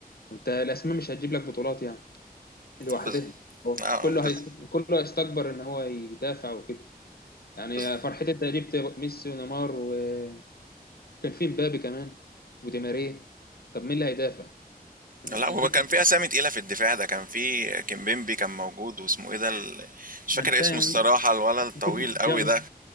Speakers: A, on the left; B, on the right.
A: وانت الاسماء مش هتجيب لك بطولات يعني لوحدها
B: بالض
A: هو
B: آه،
A: كله
B: بالض
A: هي... كله هيستكبر ان هو يدافع وكده يعني
B: بالض
A: فرحتي انت جبت ميسي ونيمار وكان في مبابي كمان ودي ماريا طب مين اللي هيدافع <laughs>
B: لا هو كان في اسامي تقيله في الدفاع ده كان في كيمبيمبي كان موجود واسمه ايه ده ال- مش
A: ما
B: فاكر
A: انا فاهم
B: اسمه الصراحه الولد الطويل
A: في
B: قوي
A: تياغو
B: ده